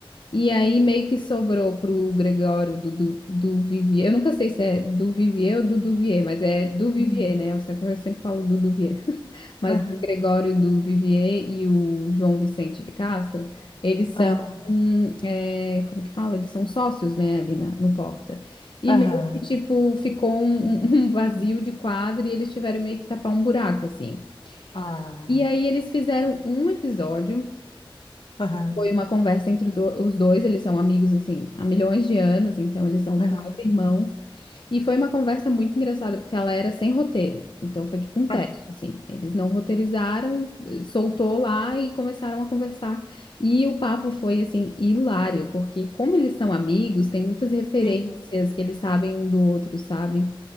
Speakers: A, on the left (about 60°); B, on the left (about 75°).
A: e aí meio que sobrou pro Gregório do, do, do Vivier, eu nunca sei se é do Vivier ou do Duvier, mas é do Vivier,
B: Hum.
A: né? Eu sei que eu sempre falo do Duvier. Mas
B: Aham.
A: o Gregório do Vivier e o João Vicente de Castro, eles são,
B: Aham.
A: hum, é, como que fala? Eles são sócios, né, ali na, no Porta. E
B: Aham.
A: meio que, tipo, ficou um, <laughs> um vazio de quadro e eles tiveram meio que tapar um buraco, assim.
B: Ah.
A: E aí eles fizeram um episódio,
B: Aham.
A: foi uma conversa entre do- os dois, eles são amigos, assim, há milhões de anos, então eles são
B: Aham.
A: quase irmãos. E foi uma conversa muito engraçada, porque ela era sem roteiro. Então foi tipo um
B: Ah.
A: teste, assim. Eles não roteirizaram, eh, soltou lá e começaram a conversar. E o papo foi, assim, hilário, porque como eles são amigos, tem muitas referências
B: Sim.
A: que eles sabem um do outro, sabe?